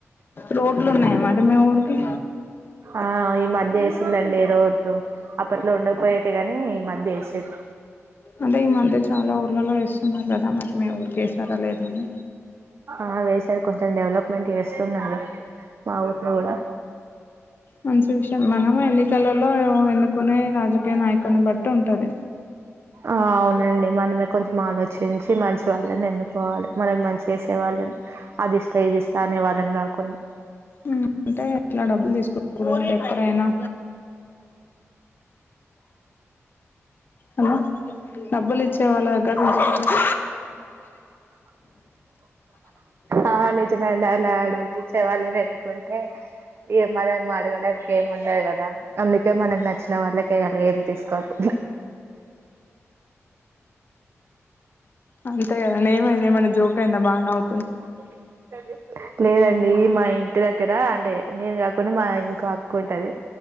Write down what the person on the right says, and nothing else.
ఆ ఈ మధ్య వేసిల్లండి రోడ్లు అప్పట్లో ఉండకపోయేటి కాని ఈ మధ్య ఎసిరు
ఆ వేసారు కొంచెం డెవలప్మెంట్ చేస్తున్నారు. మా ఊరును కూడా.
ఆ అవునండి. మనమే కొంచెం ఆలోచించి, మంచి వాళ్ళని ఎన్నుకోవాలి, మనకి మంచ్ చేసే వాళ్ళని. అది ఇస్తా, ఇది ఇస్తా అనేవాళ్ళని కాకుండ్
ఆ నిజమె అండి డబ్బులిచ్చెవాలని ఎన్నుకుంటే ఇగ మనం అడగడానికి ఏం ఉండదు కదా కె మనకి నచ్చిన వాళ్ళకే ఎయ్యాలే ఏంతీసుకోకు
<inaudible> లేదండి మా ఇంటి దగ్గర అంటే నేను కాకుండా మా ఇంకో అక్కుంటది